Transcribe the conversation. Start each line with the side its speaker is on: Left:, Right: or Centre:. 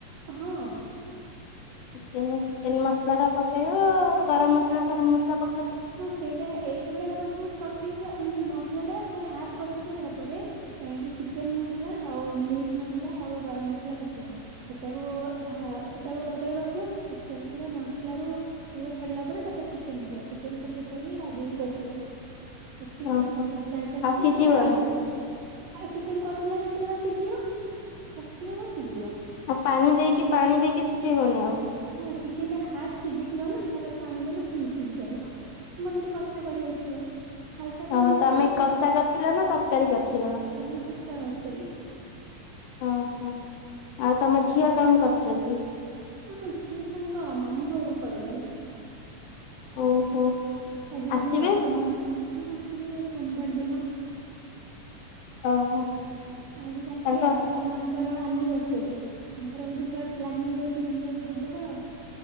Right: ହଁ।
Left: ଚିକେନ୍ ଚିକେନ୍ ମସଲା ଟା ପକେଇବ ଗରମ ମସଲା ଫରମ ମସଲା ପକେ
Right: ହଁ ସେଇଟା ଏଇଗୁଡା଼ ସବୁ କଷି ମାନେ ମସଲା ଟା ପୁରା ହାଫ୍ କଷି ସାରିଲା ପରେ ଯାଇଁକି ଚିକେନ୍ ମସଲା ଆଉ ମିଟ୍ ମସଲା ଆଉ ଗରମ ମସଲା ପକେଇବ ସେଟାକୁ ଆ ସେଟାକୁ ତାପରେ କଷିବ କଷେଇ ପୁରା ମସଲାରୁ ତେଲ ଛାଡ଼ିଲା ପରେ ତାପରେ ଚିକେନ୍ ପକେଇବେ ଚି ଚିକେନ୍ ପକେଇ ସାରି ବାଗେଇକି କଷିବ। ଘୁଷି ଘୁଷିକି
Left: ଓହୋ
Right: ଘଷା ହେଇସାରିଲା
Left: ଆଉ
Right: ପରେ
Left: ସିଝିବନି
Right: ତାପରେ ଆଳୁ <unintelligible> ଚିକେନ୍ କଷିଲା ଭିତରେ ବା ସିଝିବ କଷି ହବ ସିଝିବ।
Left: ଆଉ ପାଣି ଦେଇକି ପାଣି ଦେଇକି ସିଝେଇବନି ଆଉ?
Right: ହଁ ଚିକେନ୍ ଟା ହାଫ୍ ସିଝିଥିବ ନା ତାପରେ ପାଣି ଦେଲେ ଫୁଲ୍ ସିଝି ପାରିବ ତମେ ଯଦି କଷା କରିବାରଥିବ ହାଲକା ପାଣି
Left: ଓହୋ
Right: ଦବ
Left: ତମେ କଷା
Right: ଯଦି
Left: କରିଥିଲ ନା ତରକାରୀ କରିଥିଲ?
Right: ଏ ମୁଁ କଷା କରିଥିଲି।
Left: ଓ ହୋ ଆଉ ତମ ଝିଅ କଣ କରୁଛନ୍ତି?
Right: ଆମ ଝିଅ ତାଙ୍କ ମାମୁଁ ଘରକୁ ପଳେଇଛନ୍ତି।
Left: ଓହୋ।
Right: ଆଜି ତାଙ୍କ
Left: ଆସିବେ
Right: ବାପା ମାମାଙ୍କ ସିଏ ଆସିବେ ସୋମବାର ଦିନ।
Left: ଓହୋ ତାଙ୍କ
Right: ଆଜି ତାଙ୍କେ ବାପା ମାଆଙ୍କର ଆନିଭର୍ସରୀ ତାଙ୍କର ବୋଧେ କୁଆଡ଼େ ପ୍ଲାନିଂ ଅଛି ବୁଲିବାକୁ ଯିବାର ଆଉ।